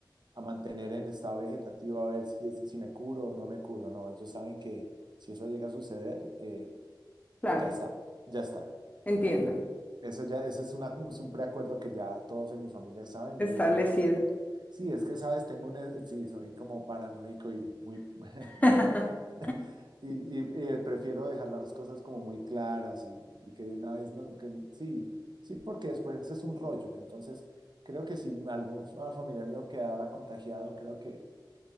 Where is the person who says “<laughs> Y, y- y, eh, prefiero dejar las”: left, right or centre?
Right